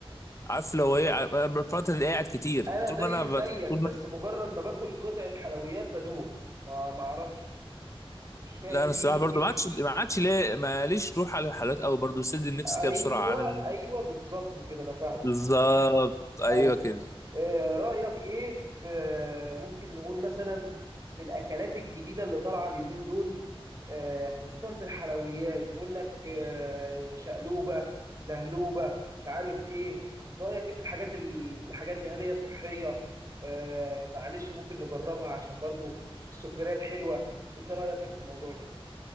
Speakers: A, on the left (about 30°); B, on the right (about 35°).
A: عارف لو ايه ع- أنا بفترة اللي قاعد كتير
B: انا
A: طول
B: زي
A: ما انا بت...
B: زيك
A: طول
B: بس
A: ما
B: مجرد ما باكل قطعه حلويات بدوخ ما ما اعرفش مش فاهم
A: لا انا
B: دي
A: الصراحه برضو
B: دي بج-
A: ما عادش ما عادش ليه ماليش روح على الحلويات قوي برضو بسد النفس
B: ايوه
A: كده بسرعه انا من-
B: ايوه بالظبط كده انا فاهمك
A: بالظبط ايوه
B: ايوه
A: كده
B: آه، رأيك ايه في آه، ممكن نقول مثلا في الاكلات الجديدة اللي طالعة اليومين دول آه، خصوصا في الحلويات يقول لك آه، شقلوبة لهلوبة مش عارف ايه رأيك ايه في الحاجات الحاجات دي هل هي صحية آه، معلش ممكن نجربها عشان برضو السكريات حلوة انت رأيك ايه في الموضوع ده